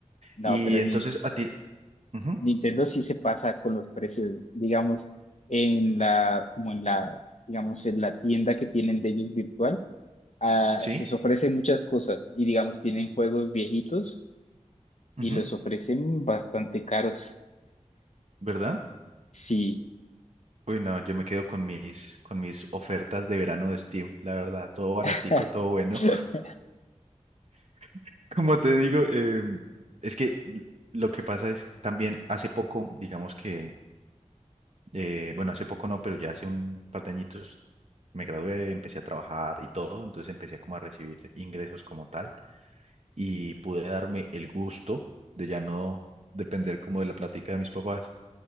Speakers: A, on the left; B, on the right.
A: no,
B: Y
A: pero
B: entonces
A: el
B: a ti, ujú,
A: Nintendo sí se pasa con los precios, digamos, en la, como en la, digamos, en la tienda que tienen de ellos virtual, ah,
B: sí,
A: les ofrecen muchas cosas y, digamos, tienen juegos viejitos y
B: ujú,
A: los ofrecen bastante caros.
B: ¿verdad?
A: Sí,
B: Uy, no, yo me quedo con mis, con mis ofertas de verano de Steam, la verdad, todo baratico,
A: <laughs>
B: todo bueno. <laughs> Como te digo, eh, es que lo que pasa es también hace poco, digamos que, eh, bueno, hace poco no, pero ya hace un par de añitos me gradué, empecé a trabajar y todo, entonces empecé como a recibir ingresos como tal y pude darme el gusto de ya no depender como de la plática de mis papás.